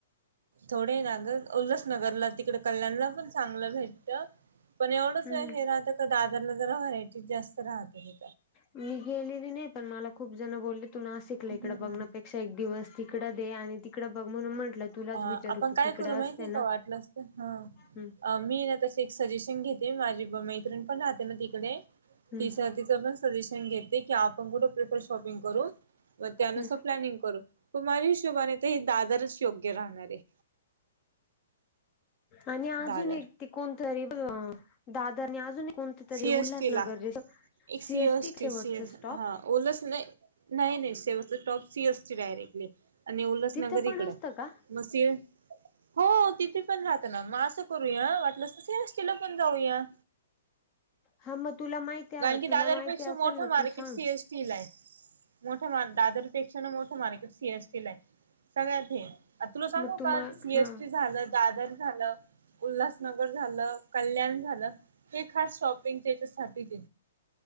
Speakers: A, on the right; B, on the left.
A: थोडें आहे ना ग उल्हासनगरला तिकड कल्याणला पण चांगलं भेटत पण एवढंच
B: हम्म.
A: हे राहतं का दादरला जरा व्हरायटी जास्त राहत हे
B: मी गेलेली नाही पण मला खूप जण बोलले तू नाशिकला
A: हम्म
B: इकड बघण्यापेक्षा क्ष एक दिवस तिकड दे आणि तिकड बघ म्हणून म्हंटलं तुलाच
A: अ
B: विचारू
A: आपण
B: तू
A: काय
B: तिकडे
A: करू
B: असते
A: माहिती आहे
B: ना.
A: का वाटलं असत हा
B: हम्म
A: मी ना तसे एक सजेशन घेते माझी मैत्रिणी पण राहते ना तिकडे
B: हम्म
A: ति तिचं पण सजेशन घेते की आपण कुठे प्रिफर शॉपिंग करू मग त्यानुसार
B: हम्म.
A: प्लॅनिंग करू प माझ्या हिशोबाने तर हे दादरच योग्य राहणार आहे
B: आणि अजून
A: दादर
B: एक त कोणतरी दादानी अजून कोणत तरी
A: सीएसटी
B: उल्हासनगर
A: ला
B: जे
A: एक
B: सीएसटी शेवटच
A: सीएस
B: स्टॉप
A: हा ओलच नाही नाही नाही शेवस् टॉप सी अससची डायरेक्टली आणि उल्हासनगर
B: तिथं पण
A: इकड
B: असतं का
A: मस हो तिथे पण राहत ना मग असं करूया वाटलंला पण जाऊया
B: हा मग तुला माहिती
A: कारण की
B: तुला
A: दादरपेक्षा
B: माहिती असेल
A: मोठा
B: ना
A: मार्केट
B: तू सांग
A: सी एस ्टील आहे मोठ्या म् दादरपेक्षा ना मोठं मार्केट सीएसटीील आहे सगळ्यात हे तुला सांगू
B: मग तुम्हा
A: का सीएसटी
B: हा
A: झालं दादर झालं उल्हासनगर झालं कल्याण झालं हे खास शॉपिंग त्याच्यासाठीच